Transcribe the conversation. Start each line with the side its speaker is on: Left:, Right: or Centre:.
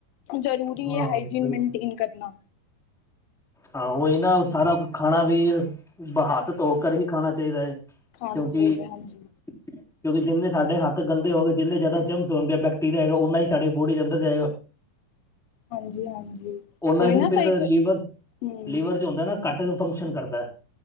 Left: ਜ਼ਰੂਰੀ
Centre: ਹਾਂ
Left: ਹੈ, ਹਾਈਜਨ
Centre: ਬਿਲਕੁਲ
Left: ਮੈਨਟੇਨ ਕਰਨਾ।
Centre: ਹਾਂ, ਉਹੀ ਨਾ ਸਾਰਾ ਖਾਣਾ ਵੀ, ਹੱਥ ਧੋ ਕਰ ਹੀ ਖਾਣਾ ਚਾਹੀਦਾ ਹੈ।
Left: ਖਾਣਾ
Centre: ਕਿਉਂਕਿ
Left: ਚਾਹੀਦਾ ਹੈ ਹਾਂਜੀ
Centre: <inaudible> ਕਿਉਂਕਿ ਜਿੰਨੇ ਸਾਡੇ ਹਥ ਗਦੇ ਹੋ ਗਏ, ਜਿੰਨੇ ਜ਼ਿਆਦਾ ਚਮ ਹੁੰਦੇ ਬੈਕਟੀਰੀਆ ਹੈਗਾ, ਉਓਨਾ ਹੀ ਸਾਡੀ ਬੋਡੀ ਦੇ ਅੰਦਰ ਜਾਏਗਾ।
Left: ਹਾਂਜੀ ਹਾਂਜੀ
Centre: ਉਹਨਾ
Left: ਉਹੀ
Centre: ਹੀ
Left: ਨਾ
Centre: ਫੇਿਰ
Left: ਕਈ
Centre: ਲੀਵਰ
Left: ਹਮ
Centre: ਲੀਵਰ ਜੋ ਹੁੰਦਾ ਨਾ, ਘੱਟ ਫੰਕਸ਼ਨ ਕਰਦਾ।